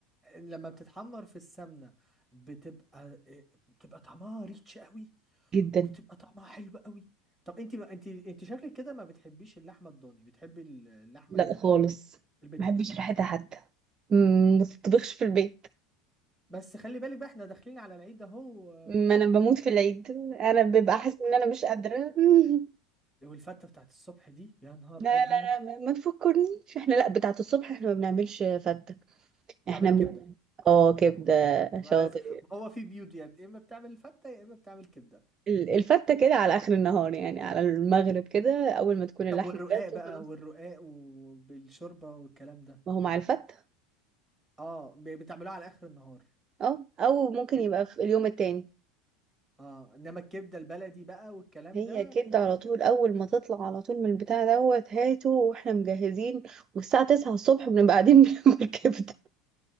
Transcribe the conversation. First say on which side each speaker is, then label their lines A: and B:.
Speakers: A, in the centre; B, on the right.
A: لما بتتحمر في السمنه بتبقى إيه، بتبقى طعمها ريتش قوي
B: جدا
A: وبتبقى طعمها حلو قوي طب انت انت انت شكلك كده ما بتحبيش اللحمه الضاني بتحبي اللحمه
B: لا
A: ال-
B: خالص
A: البيتيلو
B: ما بحبش ريحتها حتى مم، ما تطبخش في البيت
A: بس خلي بالك بقى احنا داخلين على العيد اهو
B: ما انا بموت في العيد انا ببقى حاسه ان انا مش قادره <laughs>
A: والفته بتاعت الصبح دي يا نهار
B: لا
A: ابيض
B: لا لا ما ما تفكرنيش احنا لا بتاعه الصبح احنا ما بنعملش فته احنا
A: بتعمله
B: من...
A: كبده
B: اه كبده
A: بس
B: شاطر
A: ما هو في بيوت يعني يا اما بتعمل الفته يا اما بتعمل كبده
B: ال- الفته كده على اخر النهار يعني على المغرب كده اول ما تكون اللحمه
A: طب والرقاق
B: جت
A: بقى
B: وخلاص
A: والرقاق وبالشوربه والكلام ده
B: ما هو مع الفته
A: اه ب- بتعملوه على اخر النهار
B: اه او ممكن
A: إن-
B: يبقى في اليوم التاني
A: اه انما الكبده البلدي بقى والكلام
B: هي
A: ده
B: كبده على طول اول ما تطلع على طول من البتاع دوت هاته واحنا مجهزين والساعه 9 الصبح بنبقى قاعدين <laughs> بناكل كبده